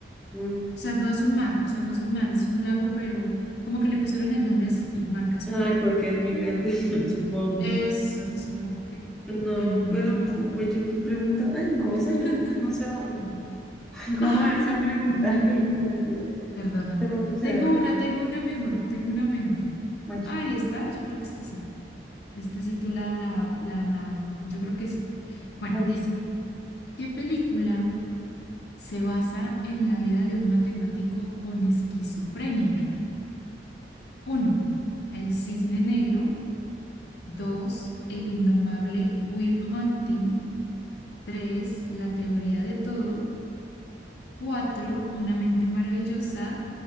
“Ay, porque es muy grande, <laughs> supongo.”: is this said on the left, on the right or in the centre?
Centre